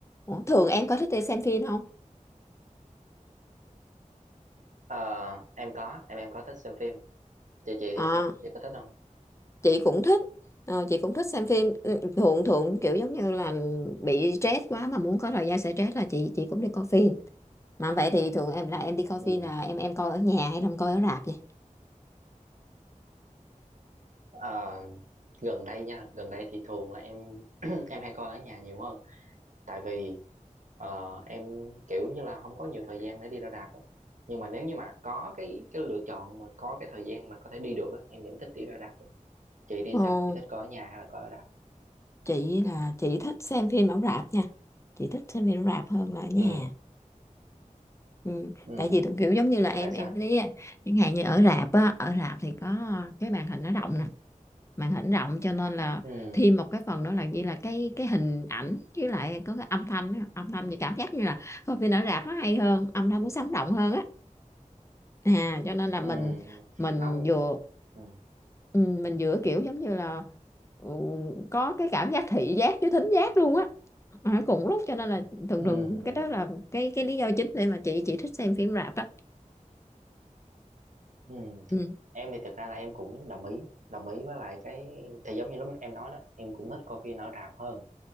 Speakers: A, on the left; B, on the right.
A: Ủa, thường em có thích đi xem phim không?
B: Ờ, em có em em có thích xem phim chị chị
A: Ờ,
B: thì sao chị có thích không
A: chị cũng thích. Ờ, chị cũng thích xem phim. Ừ, Thường thường kiểu giống như là bị stress quá mà muốn có thời gian sẽ stress là chị chị cũng đi coi phim. Mà vậy thì thường em là em đi coi
B: ừ.
A: phim là em em coi ở nhà hay là em coi ở rạp vậy?
B: Ờ, gần đây nha gần đây thì thường là em <clears throat> em hay coi ở nhà nhiều hơn tại vì ờ, em kiểu như là không có nhiều thời gian để đi ra rạp á nhưng mà nếu như mà có cái cái lựa chọn mà có cái thời gian mà có thể đi được á em vẫn thích đi ra rạp hơn chị thì
A: Ồ,
B: sao chị thích coi ở nhà hay là coi ở rạp
A: chị là chị thích xem phim ở rạp nha. Chị thích xem phim ở rạp hơn là ở nhà.
B: ừ
A: Ừ,
B: ừ
A: tại vì thường kiểu giống như là em
B: tại sao
A: em thấy á, chẳng hạn như ở rạp á, ở rạp thì có cái màn hình nó rộng nè màn hình rộng cho nên là
B: ừ
A: thêm một cái phần nữa là gì là cái cái hình ảnh với lại có cái âm thanh á. âm thanh thì cảm giác như là coi phim ở rạp nó hay hơn âm thanh nó sống động hơn á à cho nên là
B: ừ
A: mình
B: ừ
A: mình
B: không
A: vừa
B: ừ
A: ừ, mình vừa kiểu giống như là ừ, có cái cảm giác thị giác với thính giác luôn á ở cùng lúc cho nên là thường
B: ừ
A: thường
B: ừ
A: cái đó là cái cái lý do chính để mà chị chị thích xem phim rạp á
B: Ừ.
A: ừ.
B: Em thì thực ra là em cũng đồng ý đồng ý với lại cái thì giống như lúc em nói đó em cũng thích coi phim ở rạp hơn